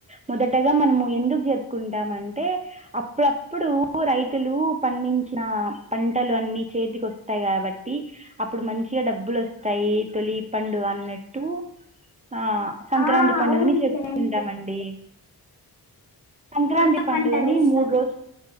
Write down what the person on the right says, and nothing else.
మొదటగా మనము ఎందుకు చెప్పుకుంటాం, అంటే అప్పుడప్పుడు రైతులు పండించిన పంటలు అన్నీ చేతికి వస్తాయి, కాబట్టి అప్పుడు మంచిగా డబ్బులు వస్తాయి. తొలి ప వన్ టు ఆ సంక్రాంతి
పండుగని
చెప్పుకుంటామండి సంక్రాంతి
పండుగని
మూడు రోజులు